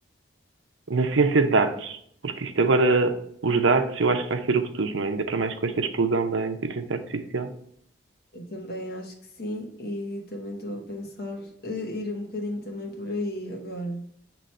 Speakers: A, on the right; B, on the left.
A: na ciência de dados, porque isto agora, os dados, eu acho que vai ser o futuro, não é? Ainda para mais com esta explosão da inteligência artificial.
B: Eu também acho que sim e também estou a pensar eh, ir um bocadinho também por aí agora.